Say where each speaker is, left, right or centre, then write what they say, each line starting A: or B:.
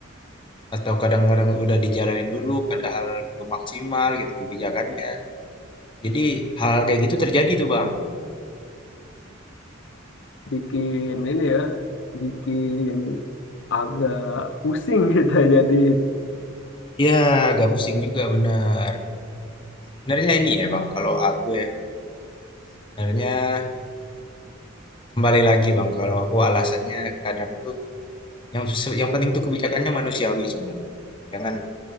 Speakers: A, on the left; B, on the left.
A: atau kadang-kadang udah dijalanin dulu padahal belum maksimal gitu kebijakannya. Jadi hal kayak gitu terjadi tuh Bang.
B: bikin ini ya, bikin agak pusing kita <laughs> jadi.
A: Iya, agak pusing juga bener. Sebenarnya ini ya Bang, kalau aku ya, sebenarnya kembali lagi Bang, kalau aku alasannya kadang tuh Yang se- yang penting tuh kebijakannya manusiawi sebenarnya. Jangan